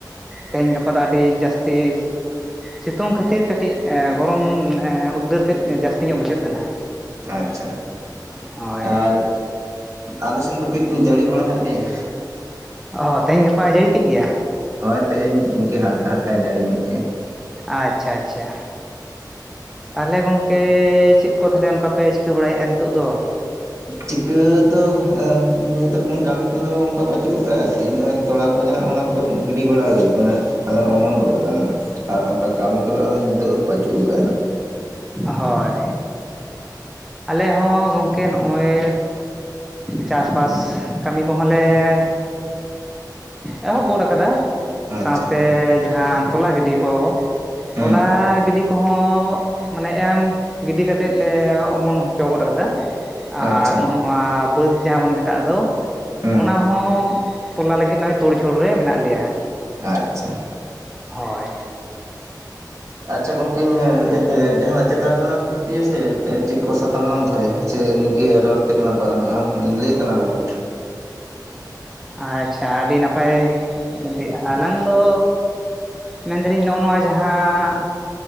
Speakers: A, in the centre; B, on the right.
A: ᱛᱮᱦᱮᱧ ᱜᱟᱯᱟ ᱫᱚ ᱟᱹᱰᱤ ᱡᱟᱹᱥᱛᱤ ᱥᱤᱛᱩᱝ ᱠᱷᱟᱹᱛᱤᱨ ᱠᱟᱹᱴᱤᱡ ᱜᱚᱨᱚᱢ ᱢᱟᱱᱮ ᱩᱫᱽᱜᱟᱹᱨ ᱛᱮᱫ ᱡᱟᱹᱥᱛᱤ ᱧᱚᱜ ᱵᱩᱡᱷᱟᱹᱜ ᱠᱟᱱᱟ᱾
B: ᱟᱪᱪᱷᱟ
A: ᱦᱳᱭ
B: ᱟᱨ ᱟᱞᱮ ᱥᱮᱱ ᱫᱚ ᱠᱟᱹᱡ ᱡᱟᱹᱲᱤ ᱵᱟᱲᱟᱟᱣᱮᱫ ᱞᱮᱭᱟ᱾
A: ᱚᱻ ᱛᱮᱦᱮᱧ ᱜᱟᱯᱟ ᱡᱟᱹᱲᱤ ᱠᱮᱫ ᱜᱮᱭᱟ?
B: ᱦᱳᱭᱚᱭ ᱛᱮᱦᱮᱧ ᱤᱱᱠᱤ ᱦᱟᱞᱠᱟ ᱦᱟᱞᱠᱟᱭ ᱡᱟᱲᱮ ᱧᱚᱜ ᱠᱮᱭᱟ᱾
A: ᱟᱪᱪᱷᱟ ᱟᱪᱪᱷᱟ ᱛᱟᱦᱚᱞᱮ ᱜᱚᱝᱠᱮ ᱪᱮᱫ ᱠᱚ ᱛᱟᱦᱚᱞᱮ ᱚᱱᱠᱟᱯᱮ ᱪᱤᱠᱟᱹ ᱵᱟᱲᱟᱭᱮᱫᱼᱟ ᱱᱤᱛᱚᱜ ᱫᱚ?
B: ᱪᱤᱠᱟᱹ ᱫᱚ ᱱᱤᱛᱚᱜ ᱠᱟᱹᱢᱤ ᱠᱚᱫᱚ ᱚᱱᱠᱟ ᱯᱟᱪᱩᱜ ᱠᱟᱜᱼᱟ, ᱡᱮ ᱱᱚᱜᱼᱚᱭ ᱛᱚᱲᱟ ᱠᱚ ᱫᱚ ᱦᱟᱸᱜ ᱚᱱᱟ ᱠᱚᱫᱚ ᱜᱤᱰᱤ ᱵᱟᱲᱟ ᱦᱩᱭ ᱟᱠᱟᱱᱟ ᱟᱫᱚ ᱚᱢᱚᱱ ᱜᱚᱫ ᱠᱟᱱᱟ ᱱᱟᱜ᱾ ᱟᱨ ᱚᱱᱠᱟ ᱠᱟᱹᱢᱤ ᱠᱚᱫᱚ ᱟᱫᱚ ᱱᱤᱛᱚᱜ ᱫᱚ ᱯᱟᱹᱪᱩᱜ ᱟᱠᱟᱜ-ᱟ ᱱᱟᱜ᱾
A: ᱦᱚᱭ ᱟᱞᱮ ᱦᱚᱸ ᱜᱚᱢᱠᱮ ᱱᱚᱜᱼᱚᱭ᱾ ᱪᱟᱥᱵᱟᱥ ᱠᱟᱹᱢᱤ ᱠᱚᱦᱚᱸ ᱞᱮ ᱮᱦᱚᱵ ᱜᱚᱱ ᱠᱟᱫᱟ᱾ ᱥᱟᱶᱛᱮ
B: ᱟᱪᱪᱷᱟ
A: ᱡᱟᱦᱟᱸ ᱛᱚᱞᱟ ᱜᱤᱰᱤ ᱠᱚ
B: ᱦᱮᱸ
A: ᱛᱚᱞᱟ ᱜᱤᱰᱤ ᱠᱚ ᱦᱚᱸ ᱢᱟᱱᱮ ᱮᱢ ᱜᱤᱰᱤ ᱠᱟᱛᱮᱫ ᱞᱮ ᱚᱢᱚᱱ ᱦᱚᱪᱚ ᱜᱚᱱ ᱠᱟᱫᱟ ᱟᱨ
B: ᱟᱪᱪᱷᱟ
A: ᱱᱚᱜ ᱱᱚᱣᱟ ᱵᱟᱹᱫᱽ ᱡᱟᱦᱟᱸ ᱵᱚᱱ ᱢᱮᱛᱟᱜ ᱫᱚ
B: ᱦᱮᱸ
A: ᱚᱱᱟ ᱦᱚᱸ ᱛᱚᱞᱟ ᱞᱟᱹᱜᱤᱫ ᱱᱚᱜᱼᱚᱭ ᱛᱩᱲ ᱡᱷᱩᱲ ᱨᱮ ᱢᱮᱱᱟᱜ ᱞᱮᱭᱟ᱾
B: ᱟᱪᱪᱷᱟ᱾
A: ᱦᱳᱭ᱾
B: ᱟᱪᱪᱷᱟ ᱜᱚᱝᱠᱮᱧ ᱞᱟᱹᱭ ᱡᱟᱦᱟᱱᱟᱜ ᱪᱮᱛᱟᱱ ᱨᱮᱞᱟᱝ ᱛᱷᱩᱛᱤᱭᱟ ᱥᱮ ᱪᱮᱫ ᱠᱚ ᱥᱟᱛᱟᱢ ᱞᱟᱝ ᱫᱚᱦᱚᱭᱟ? ᱥᱮ ᱱᱤᱝᱠᱟ ᱨᱚᱲ ᱛᱮᱜᱮᱞᱟᱝ ᱯᱟᱨᱢᱟ ᱞᱤᱭ ᱛᱟᱞᱟᱝ ᱢᱮ ᱢᱟ᱾
A: ᱟᱪᱪᱷᱟ ᱟᱹᱰᱤ ᱱᱟᱯᱟᱭ ᱞᱟᱹᱭᱮᱜᱼᱟ, ᱟᱞᱟᱝ ᱫᱚ ᱢᱮᱱᱫᱟᱞᱤᱧ ᱱᱚᱜᱼᱚ ᱱᱚᱣᱟ ᱡᱟᱦᱟᱸ